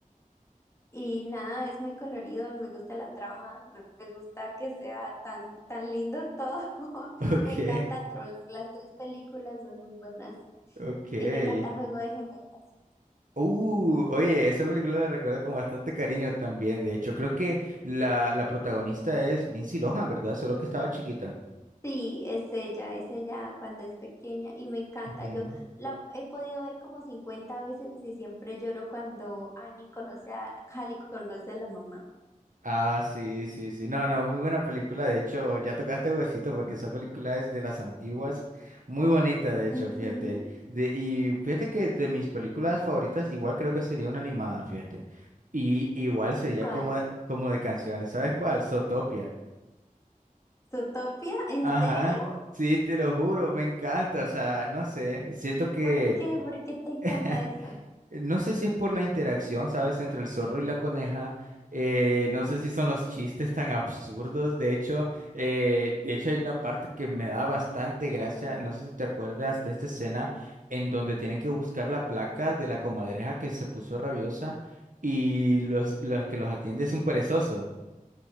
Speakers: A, on the left; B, on the right.
A: Y nada, es muy colorido, me gusta la trama, me me gusta que sea tan, tan lindo todo. <laughs>
B: Ok,
A: Me encanta Trolls, las tres películas son muy buenas.
B: ok.
A: Y me encanta Juego de Gemelas.
B: Uh, oye, esa película la recuerdo con bastante cariño también. De hecho, creo que la, la protagonista es Lindsay Lohan, ¿verdad? Solo que estaba chiquita.
A: Sí, es ella, es ella cuando es pequeña y me encanta.
B: Ujú.
A: Yo la he podido ver como 50 veces y siempre lloro cuando Annie conoce a, Hallie conoce a la mamá.
B: Ah, sí, sí, sí. No, no, muy buena película. De hecho, ya tocaste huesito porque esa película es de las antiguas. Muy bonita, de hecho,
A: Ujú.
B: fíjate. De, y fíjate que de mis películas favoritas, igual creo que sería una animada, fíjate. Y igual sería
A: ¿Cuál?
B: como, de- como de canciones. ¿Sabes cuál? Zootopia.
A: ¿Zootopia? ¿En
B: Ajá,
A: serio?
B: sí, te lo juro, me encanta, o sea, no sé, siento que,
A: ¿Por qué? ¿Por qué te encanta
B: <laughs>
A: esa?
B: no sé si es por la interacción, ¿sabes?, entre el zorro y la coneja, eh, no sé si son los chistes tan absurdos, de hecho, eh, de hecho hay una parte que me da bastante gracia, no sé si te acuerdas de esta escena en donde tienen que buscar la placa de la comadreja que se puso rabiosa y los, los que los atiende es un perezoso.